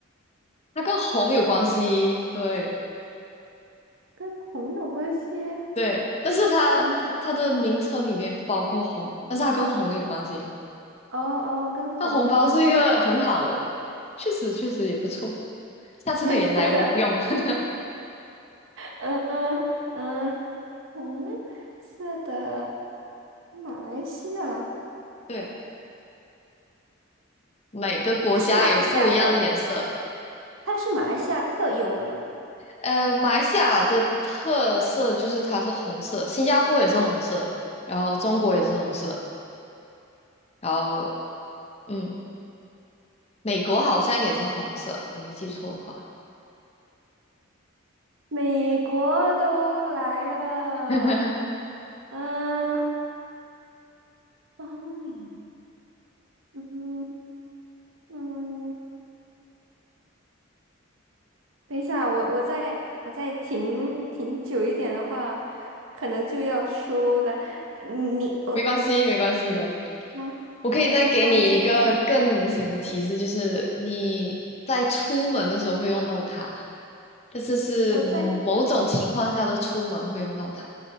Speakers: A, on the left; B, on the right.
A: 它跟红有关系，对
B: 跟红有关系，
A: 对，但是它它它的名称里面不包括红，
B: 嗯，
A: 但是它跟红有关系。
B: 哦哦，跟红有关系，
A: 它红包是一个很好的，确实确实也不错，下次可以来我用。
B: <laughs>
A: <laughs>
B: 嗯嗯嗯，红色的马来西亚，
A: 对，每个国家有不一样的颜色。
B: 它是马来西亚特，它是马来西亚特有的吗？
A: 呃，马来西亚的特色就是它是红色，新加坡也是红色，然后中国也是红色，然后嗯，美国好像也是红色，我没记错的话。
B: 美国都来了，
A: <laughs>
B: 嗯，包里，嗯嗯。等一下，我我再我再停停久一点的话，可能就要输了。嗯你我
A: 没关系，没关系的。
B: 要
A: 我可以再给你一个更明显的提示，
B: 我要不要放弃呢？
A: 就是你在出门的时候会用到它，但是是某种情况下的出门会用到它，
B: 我在